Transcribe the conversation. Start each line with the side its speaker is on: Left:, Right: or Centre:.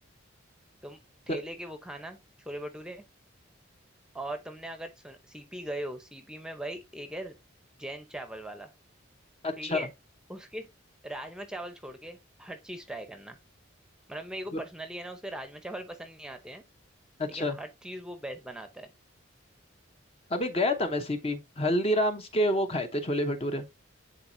Centre: तुम ठेले
Left: तो,
Centre: के वो खाना छोले भटूरे और तुमने अगर सुन, सीपी गए हो सीपी में भाई एक है जैन चावल वाला
Left: अच्छा
Centre: ठीक है उसके राजमा चावल छोड़ के हर चीज ट्राई करना मतलब मेरे को
Left: फिर-
Centre: पर्सनली है ना उसके राजमा चावल पसंद नहीं आते हैं
Left: अच्छा
Centre: लेकिन हर चीज वो बेस्ट बनाता है
Left: अभी गया था मैं सीपी हल्दीराम्स के वो खाए थे छोले भटूरे